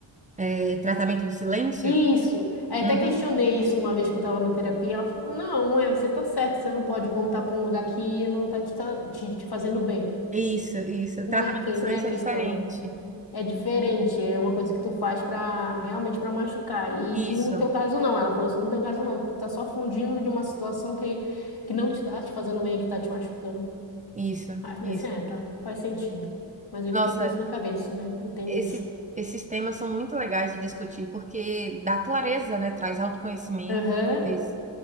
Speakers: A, on the right; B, on the left.
A: É, tratamento do silêncio?
B: Isso. Aí
A: Uhum.
B: até questionei isso uma vez que eu tava na terapia, ela falou, não, é, você tá certo, você não pode voltar para um lugar que não tá te, tá- te, te fazendo bem.
A: Isso, isso. Tratamento
B: Não é que,
A: do silêncio
B: não é questão.
A: é diferente.
B: É diferente, é uma coisa que tu faz pra realmente pra machucar. E,
A: Isso,
B: e no teu caso não, ela falou assim, no teu caso não, tu tá só fugindo de uma situação que, que não te tá te fazendo bem, que tá te machucando.
A: isso,
B: Aí eu falei
A: isso.
B: assim, é, tá, faz sentido. Mas eu
A: Nossa,
B: fiquei com isso na cabeça, né? Eu tenho
A: esse,
B: isso.
A: esses temas são muito legais de discutir, porque dá clareza, né? Traz autoconhecimento,
B: Aham.
A: traz